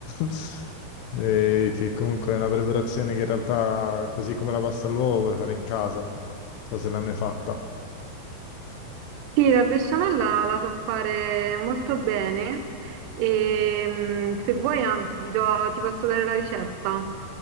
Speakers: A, on the left (about 80°); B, on the right (about 80°).
A: <laughs> eh, che comunque è una preparazione che in realtà, così come la pasta all'uovo, puoi fare in casa. Non so se l'hai mai fatta.
B: Sì, la besciamella la so fare molto bene e mm, se vuoi, anzi, ti do- ti posso dare la ricetta,